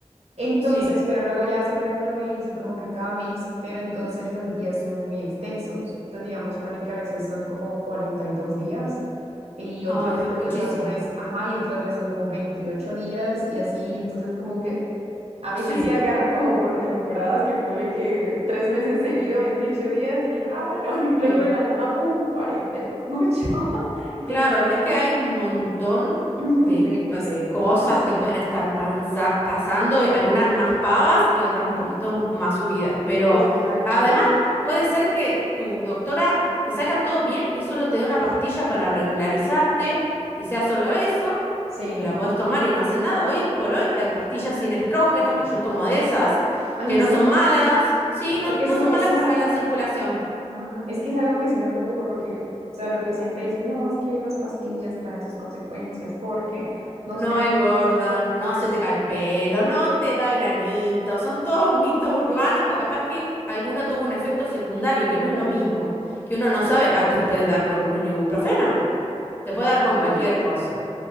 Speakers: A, on the right (about 65°); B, on the left (about 20°).
A: Entonces,
B: sí.
A: pero luego ya se me reguló y sí como que cada mes, pero entonces los días son muy extensos. Entonces, digamos, ponle que a veces son como 42 días y otros
B: Ah, es muchísimo.
A: y otras veces, ajá, y otras veces son como 28 días y así, entonces como que a veces
B: Sí,
A: sí agarra como por temporadas, que ponle que tres meses seguido, 28 días y digo, ah, bueno, <laughs> y luego
B: sí.
A: de la nada, pum, 48 <laughs> que
B: Claro,
A: literal,
B: es que hay un montón
A: ujú,
B: de,
A: de despacio.
B: de cosas que pueden estar pansa- pasando,
A: Claro.
B: eh, algunas más pavas y otras
A: Ajá,
B: un poquito más subidas, pero
A: Exacto.
B: además puede ser que tu doctora te salga todo bien y solo te dé una pastilla para regularizarte y sea solo eso,
A: Sí.
B: que la podés tomar y no hace nada. Hoy por hoy hay pastillas sin estrógeno, que yo tomo de esas,
A: Ay,
B: que
A: ¿en
B: no
A: serio?
B: son malas, sí,
A: Porque
B: no, no
A: eso,
B: son
A: eso
B: malas
A: es
B: para
A: algo,
B: la circulación.
A: ah, es que es algo que sí me preocupa, porque, o sea, lo que siempre dicen, no, es que las pastillas traen sus consecuencias, porque, no
B: No
A: sé,
B: engordan, no
A: ah,
B: se
A: exacto.
B: te cae el pelo, no te da granito. Son todos mitos urbanos o capaz que alguno tuvo un efecto secundario que no es
A: Sí.
B: lo mismo, que uno no sabe. Ah, te puede dar con un ibuprofeno, te puede
A: Ajá.
B: dar con cualquier cosa.